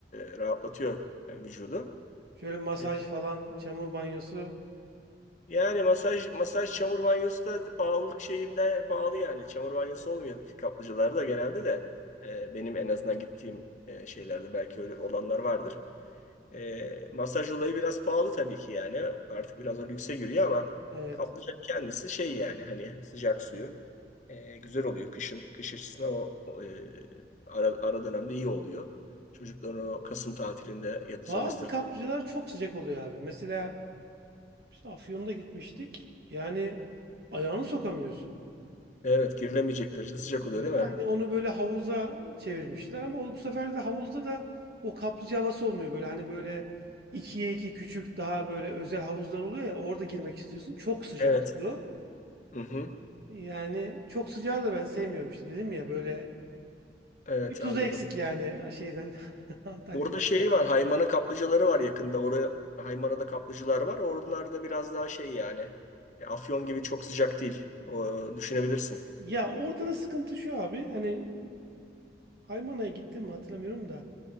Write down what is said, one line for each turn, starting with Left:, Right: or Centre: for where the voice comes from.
Left: e, rahatlatıyor e, vücudu.
Right: Şöyle masaj
Left: E,
Right: falan, çamur banyosu.
Left: Yani masaj masaj çamur banyosu da pahalılık şeyinde pahalı yani. Çamur banyosu olmuyor ki kaplıcalarda genelde de. Ee, benim en azından gittiğim e, şeylerde belki öyle olanlar vardır. Ee, masaj olayı biraz pahalı tabii ki yani. Artık biraz o lükse giriyor ama
Right: Evet.
Left: kaplıcanın kendisi şey yani hani sıcak suyu e, güzel oluyor. Kışın kış açısından o, o, e, ara, ara dönemde iyi oluyor. Çocukların o Kasım tatilinde ya da sömestr
Right: Bazı kaplıcalar çok sıcak oluyor abi. Mesela biz Afyon'da gitmiştik. Yani ayağını sokamıyorsun.
Left: evet girilemeyecek derecede sıcak
Right: Böyle
Left: oluyor değil mi?
Right: hani onu böyle havuza çevirmişler ama o- bu sefer de havuzda da o kaplıca havası olmuyor. Böyle hani böyle ikiye iki küçük daha böyle özel havuzlar oluyor ya orada girmek istiyorsun. Çok sıcak
Left: Evet.
Right: su.
Left: Hı hı.
Right: Yani çok sıcağı da ben sevmiyorum işte dedim ya böyle
Left: Evet
Right: bir tuzu
Left: anladım.
Right: eksik yani şeyden <laughs> Antalya'dan.
Left: Burada şeyi var. Haymana kaplıcaları var yakında. Oraya Haymana'da kaplıcılar var. Oralarda biraz daha şey yani. e, Afyon gibi çok sıcak değil. O, düşünebilirsin.
Right: Ya orada da sıkıntı şu abi hani Aymana'ya gittim mi hatırlamıyorum da.